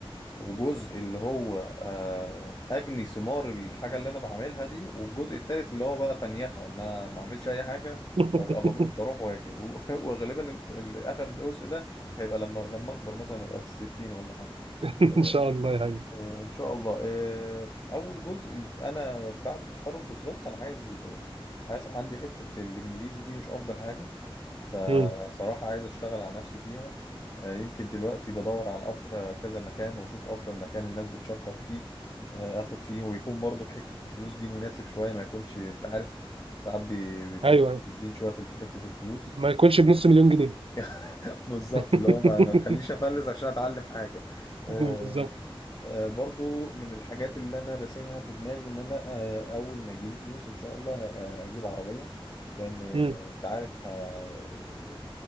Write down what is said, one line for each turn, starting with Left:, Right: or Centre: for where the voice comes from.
Left: وجزء اللي هو آه، اجني ثمار الحاجه اللي انا بعملها دي والجزء التالت اللي هو بقى فنيخه ان انا ما اعملش اي حاجه
Right: <laughs>
Left: وابقى ببر- بروح واجي و- <laughs> وغالبا ال- ال- اخر جزء ده هيبقى لما لما اكبر مثلا ابقى في الستين ولا حاجه
Right: ان
Left: آه،
Right: شاء الله يا حبيبي
Left: آه، ان شاء الله آه، اول جزء ال- انا بعد التخرج بالظبط انا عايز آه، عايز عندي حتة الانجليزي دي مش افضل حاجة فصراحة
Right: مم.
Left: عايز اشتغل على نفسي فيها آه، يمكن دلوقتي بدور على أفضل آه، كذا مكان واشوف افضل مكان الناس بتشكر فيه آه، اخد فيه ويكون برضه في حتة الفلوس دي مناسب شوية ما يكونش انت عارف ساعات بي- بيبقوا
Right: ايوه
Left: مستفزين شوية في حتة الفلوس
Right: ما يكونش بنص مليون جنيه
Left: <laughs> بالظبط
Right: <laughs>
Left: اللي هو ما ما تخلينيش افلس عشان اتعلم حاجة آه،
Right: بالظبط
Left: آه، برضو من الحاجات اللي انا راسمها في دماغي ان انا آه، اول ما يجيلي فلوس ان شاء الله آه، اجيب عربية لان آه،
Right: مم.
Left: انت عارف آه،